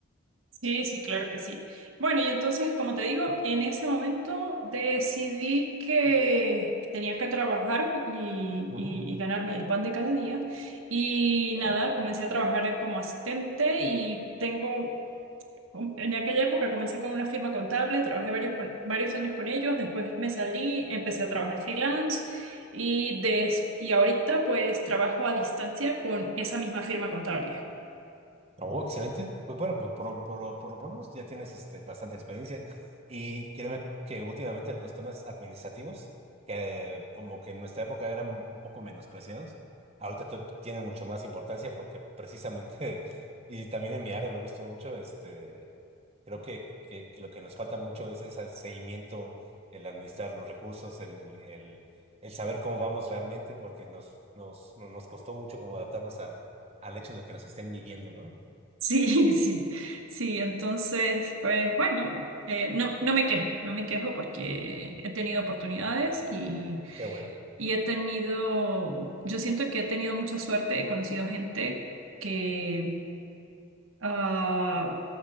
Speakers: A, on the right (about 75°); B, on the right (about 30°).
A: Sí, sí, claro que sí. Bueno, y entonces, como te digo, en ese momento decidí que que tenía que trabajar y,
B: Ujú.
A: y- y ganarme el pan de cada día. Y
B: Wow.
A: nada, comencé a trabajar como asistente y tengo, um, en aquella época comencé con una firma contable, trabajé varios, con- varios años con ellos, después me salí, empecé a trabajar freelance y, des- y ahorita pues trabajo a distancia con esa misma firma contable.
B: Oh, excelente. Pues bueno, pues por, lo- por, lo- por, lo menos ya tienes este, bastante experiencia. Y créeme que últimamente los temas administrativos, que como que en nuestra época eran un poco menospreciados, ahorita to- tienen mucho más importancia porque precisamente, <laughs> y también en mi área lo he visto mucho, este, creo que, que, que lo que nos falta mucho es ese seguimiento, el administrar los recursos, el, el, el, el saber cómo vamos realmente, porque nos, nos, no- nos costó mucho como adaptarnos a, al hecho de que nos estén midiendo, ¿no?
A: Sí, <laughs> sí, sí, entonces, pues bueno, eh, no, no me quejo, no me quejo porque he tenido oportunidades y,
B: Qué bueno,
A: y he tenido, yo siento que he tenido mucha suerte, he conocido gente que ah,